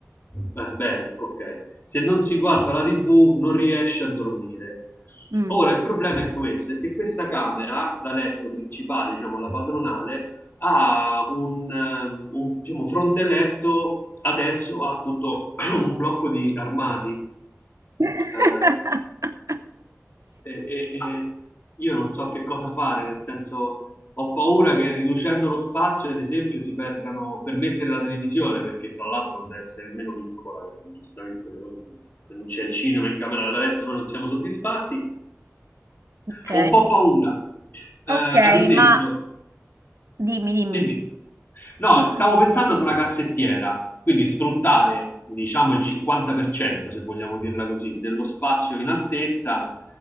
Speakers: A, on the left; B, on the right.
A: Beh, bene, ok. Se non si guarda la TV non riesce a dormire.
B: Mm.
A: Ora, il problema è questo, è che questa camera da letto principale, diciamo la padronale, ha un, ehm, un, diciamo, fronte letto adesso a tutto un blocco di armadi
B: <laughs>
A: eh, e, e- e io non so che cosa fare, nel senso ho paura che riducendo lo spazio, ad esempio, si perdano per mettere la televisione, perché tra l'altro non deve essere nemmeno piccola, perché giustamente oh, se non c'è il cinema in camera da letto noi non siamo soddisfatti.
B: Ok,
A: Ho un po' paura, eh,
B: ok,
A: ad esempio,
B: ma dimmi, dimmi.
A: Dimmi. No,
B: <laughs>
A: stavo pensando ad una cassettiera, quindi sfruttare, diciamo, il 50%, se vogliamo dirla così, dello spazio in altezza